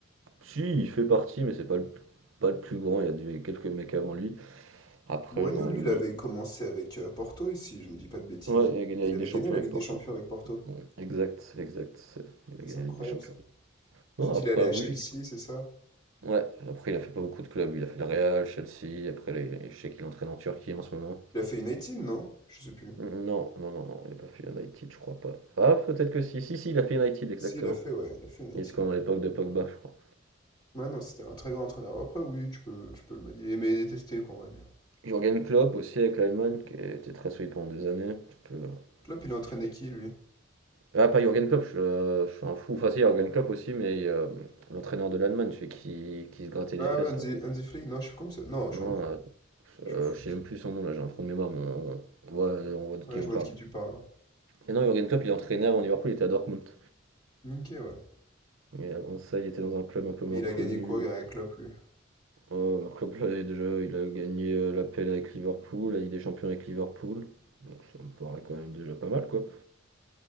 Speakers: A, on the right; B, on the left.
A: Si, il fait partie, mais c'est pas le, pas le plus grand, il y a des- quelques mecs avant lui. Après,
B: Mourinho,
A: j'en
B: lui,
A: oublie.
B: il avait commencé avec euh, Porto, ici, je me dis pas de bêtises.
A: Ouais, il a gagné
B: Il
A: la Ligue
B: avait
A: des Champions
B: gagné la
A: avec
B: Ligue
A: Porto.
B: des Champions avec Porto.
A: Ouais, exact, exact. c'est- Il a
B: Ah,
A: gagné
B: C'est
A: la
B: incroyable
A: Ligue des Champions.
B: ça. Tu
A: Non,
B: dis,
A: après,
B: il est allé à
A: oui.
B: Chelsea, c'est ça?
A: Ouais, après il a fait pas beaucoup de clubs, il a fait le Real, Chelsea, après les... je sais qu'il entraîne en Turquie en ce moment.
B: Il a fait une 18, non? Je sais plus.
A: Non, non, non, non, il n'a pas fait United, je crois pas. Ah, peut-être que si, si, si, il a fait United, exactement.
B: Si, il a fait, ouais, il a fait une
A: Il
B: 18.
A: était quand à l'époque de Pogba, je crois.
B: Ouais, non, c'était un très grand entraîneur. Après, oui, tu peux, tu peux le dire. Il aimait et détester, quoi, on va dire.
A: Jürgen Klopp aussi avec l'Allemagne, qui était très solide pendant des années. Tu peux,
B: Klopp, il a entraîné
A: tu peux-
B: qui, lui?
A: Ah, pas Jürgen Klopp, je, je suis un fou. Enfin, si, Jürgen Klopp aussi, mais euh, l'entraîneur de l'Allemagne, celui qui, qui se grattait les
B: Ah
A: fesses,
B: ouais, un des,
A: là.
B: un des flics, non, je suis comme ça. Non,
A: Non,
B: je suis un fou. Je
A: euh,
B: suis fou
A: je, je sais
B: aussi.
A: même plus son nom, là, j'ai un trou de mémoire, mais on, on voit, on voit de
B: Ouais,
A: qui on
B: je vois
A: parle.
B: de qui tu parles,
A: Et non, Jürgen Klopp, il entraînait avant Liverpool, il était à Dortmund.
B: ouais. Ok, ouais.
A: Mais avant ça, il était dans un club un peu moins
B: Et il
A: connu.
B: a gagné quoi, Gary Klopp, lui?
A: Oh, un club, là, déjà, il a gagné euh, l'appel avec Liverpool, la Ligue des Champions avec Liverpool. Donc ça me paraît quand même déjà pas mal, quoi.